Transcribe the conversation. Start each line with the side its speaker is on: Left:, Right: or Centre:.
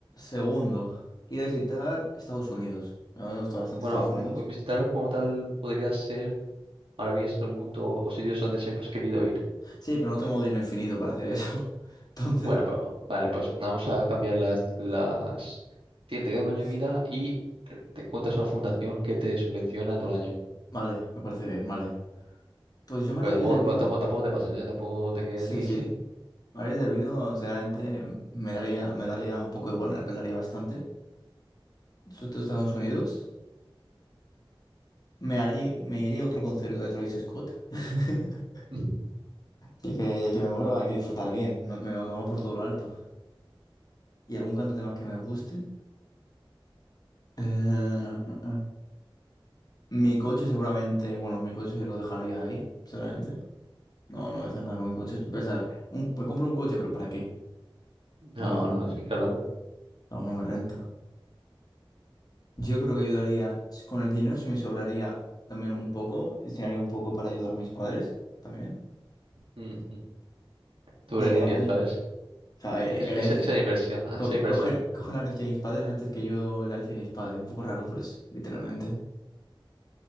Left: Segundo, ir a visitar Estados Unidos. Me gusta bastante
Right: Bueno,
Left: Estados Unidos.
Right: pues visitar como tal podría ser maravillas del mundo o sitios donde siempre has querido ir.
Left: Sí, pero no tengo dinero infinito para hacer eso. <laughs> Entonces,
Right: Bueno, pero vale, pues vamos a cambiar las, las... Tiene, te queda un año
Left: uf,
Right: de vida y eh, te encuentras una fundación que te subvenciona todo el año.
Left: vale, me parece bien, vale. Pues yo Maravillas
Right: Pero tampoco,
Left: del Olvido,
Right: bueno, tampoco, tampoco te pases, ¿eh? Tampoco te quedes
Left: sí,
Right: aquí.
Left: sí. Maravillas del Olvido, sinceramente, me daría, me daría un poco igual, me la pelaría bastante. Sobre todo Estados Unidos. Me harí- me iré a otro concierto de Travis Scott. <laughs>
Right: <laughs>
Left: Ya que, ya que me muero, hay que disfrutar bien. No, me, no va por todo lo alto. ¿Y algún cantante más que me guste? Eh, eh, eh. Mi coche seguramente, bueno, mi coche lo dejaría ahí, seguramente. No, no voy a hacer nada con mi coche. Pensar, un, me compro un coche, pero ¿para qué?
Right: No,
Left: No,
Right: no,
Left: no,
Right: es que claro.
Left: no, no me renta. Yo creo que ayudaría, si- con el dinero si me sobraría también un poco, destinaría un poco para ayudar a mis padres también,
Right: mm, Tu
Left: ya
Right: herencia,
Left: que me voy
Right: ¿sabes?
Left: a... o sea,
Right: Es-
Left: he- herencia.
Right: es- Esa inversión,
Left: Co-
Right: esa inversa.
Left: cogen, cogen la herencia de mis padres antes que yo la herencia de mis padres. Un poco raro, pero es literalmente.